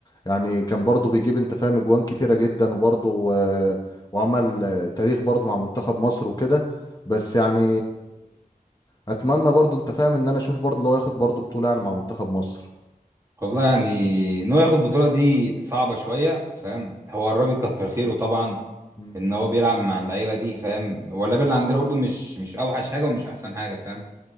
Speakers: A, on the left; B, on the right.
A: يعني كان برضه بيجيب انت فاهم اجوان كتيره جدا وبرضه آه، وعمل آه، تاريخ برضه مع منتخب مصر وكده بس يعني اتمنى برضه انت فاهم ان انا اشوف برضه لو ياخد برضه بطوله يعني مع منتخب مصر
B: والله يعني ان هو ياخد البطوله دي صعبه شويه فاهم هو الراجل كتر خيره طبعا
A: مم.
B: ان هو بيلعب مع اللعيبه دي فاهم هو اللعيبه اللي عندنا برضو مش مش اوحش حاجه ومش احسن حاجه فاهم